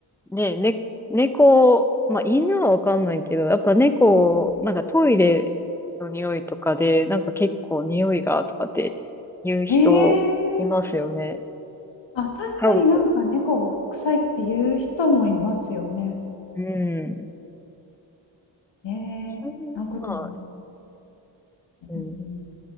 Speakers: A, in the centre; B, on the left.
A: ね、ね、猫、まあ、犬はわかんないけど、やっぱ猫、
B: うんう
A: なんかトイレの匂いとかで、なんか結構匂いが、とかって言う人いますよね。
B: ん、えー、あ、確かになんか猫臭いっていう人もいますよね。
A: 飼うと。うん。
B: えー、
A: 犬まあ、
B: なんかでも、
A: うん。
B: うん、